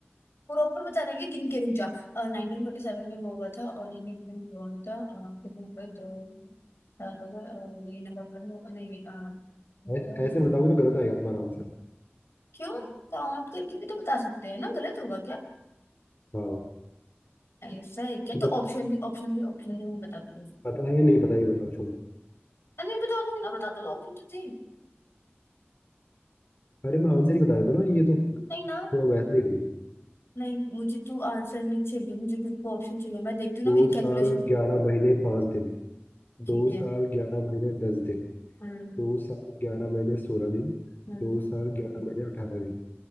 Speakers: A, on the left (about 75°); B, on the left (about 50°).
A: प्रॉपर बता रहे कि गिन के रुक जा नाइनटीन फोर्टी सेवन में वो हुआ था और इंडियन में वो हुआ था अ, कितने नंबर दो साल हो गए अ, ये नवंबर में हुआ- नहीं अ, नवंबर,
B: ऐ-
A: दिसंबर।
B: ऐसे बताओगे तो गलत आएगा तुम्हारा आंसर
A: क्यों काउंट करके भी तो बता सकते हैं ना गलत होगा
B: हाँ
A: ऐसा है क्या
B: तुम्हें
A: तो ऑप्शन दी ऑप्शन दी ऑप्शन दी मैं बता दूंगी
B: पता है नहीं पता ये बताओ छोड़ो
A: अरे नहीं बता दूंगी ना बता दूंगी ऑप्शन तो थे
B: अरे मैं आंसर ही बता देता हूँ ना ये तो
A: नहीं ना
B: थोड़ा वैसा ही है
A: नहीं मुझे तो आंसर नहीं चाहिए मुझे बिल्कुल ऑप्शन चाहिए मैं देखती हूँ ना
B: दो
A: मेरी
B: साल
A: कैलकुलेशन
B: ग्यारह महीने पाँच दिन दो
A: ठीक है
B: साल ग्यारह महीने दस दिन
A: हम्म
B: दो साल ग्यारह महीने सोलह दिन
A: हम्म
B: दो साल ग्यारह महीने अठारह दिन